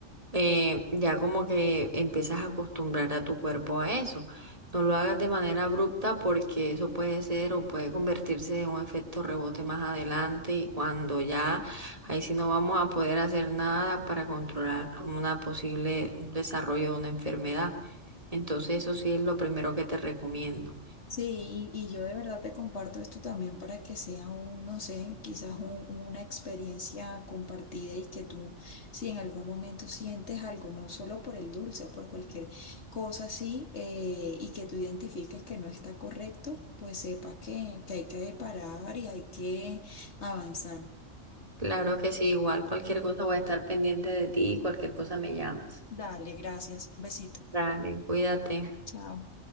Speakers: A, on the right (about 30°); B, on the left (about 60°).
A: eh, ya como que empiezas a acostumbrar a tu cuerpo a eso. No lo hagas de manera abrupta porque eso puede ser o puede convertirse en un efecto rebote más adelante y cuando ya ahí sí no vamos a poder hacer nada para controlar una posible un desarrollo de una enfermedad. Entonces eso sí es lo primero que te recomiendo.
B: Sí, y, y yo de verdad te comparto esto también para que sea un, no sé, quizás un- una experiencia compartida y que tú, si en algún momento sientes algo, no solo por el dulce o por cualquier cosa así, eh, y que tú identifiques que no está correcto, pues sepas que, que hay que parar y hay que avanzar.
A: Claro que sí, igual cualquier cosa voy a estar pendiente de ti, y cualquier cosa me llamas.
B: Dale, gracias. Un besito.
A: Dale, cuídate.
B: Chao.